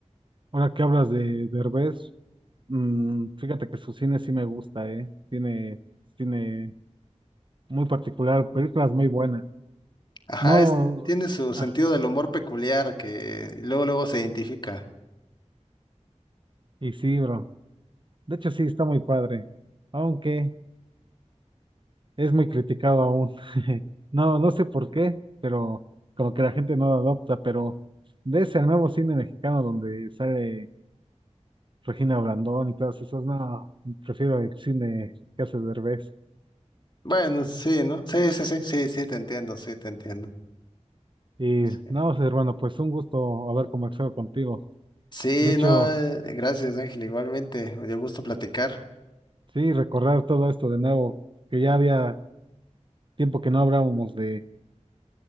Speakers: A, on the right; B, on the left.
A: Ahora que hablas de Derbez, mm, fíjate que su cine sí me gusta, eh. Tiene cine muy particular, películas muy buenas.
B: Ajá,
A: No,
B: es- tiene su sentido
A: ah,
B: del humor peculiar que luego luego se identifica.
A: y sí, bro. De hecho, sí, está muy padre, aunque es muy criticado aún. <laughs> No, no sé por qué, pero como que la gente no lo adopta, pero de ese al nuevo cine mexicano donde sale Regina Blandón y todas esas, no, prefiero el cine que hace Derbez.
B: Bueno, sí, ¿no? Sí, sí, sí, sí, sí, te entiendo, sí, te entiendo.
A: Y
B: Sí.
A: no, sé, hermano, pues un gusto haber conversado contigo.
B: Sí,
A: De hecho,
B: no, eh, gracias Ángel, igualmente, me dio gusto platicar.
A: sí, recordar todo esto de nuevo, que ya había tiempo que no hablábamos de,